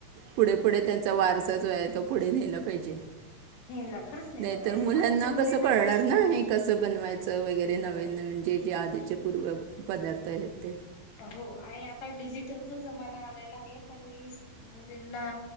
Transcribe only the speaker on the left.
नेला खरंच नेला
पाहिजे
आताच्या मुलींना
काहीच माहिती
नाही.
हो.
हो आणि आता डिजिटलचा जमाना आलेला आहे. तरी मुलींना